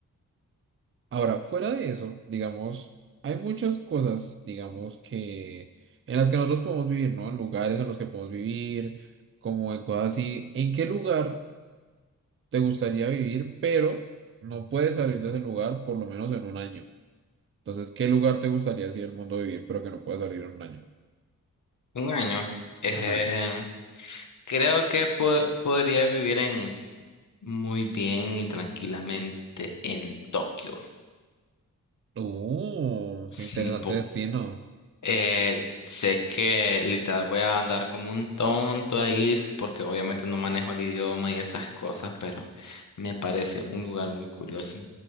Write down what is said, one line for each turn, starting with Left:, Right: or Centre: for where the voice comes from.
Right: Ahora, fuera de eso, digamos, hay muchas cosas, digamos, que en las que nosotros podemos vivir, ¿no? En lugares en los que podemos vivir, como en cosas así. ¿En qué lugar te gustaría vivir, pero no puedes salir de ese lugar por lo menos en un año? Entonces, ¿qué lugar te gustaría así el mundo vivir, pero que no puedes salir en un año?
Left: Un año. Ejem,
Right: Un año.
Left: creo que po- podría vivir en muy bien y tranquilamente en Tokio.
Right: Uh,
Left: Sí,
Right: interesante destino.
Left: Eh, sé que literal voy a andar como un tonto ahí s- porque obviamente no manejo el idioma y esas cosas, pero me parece un lugar muy curioso.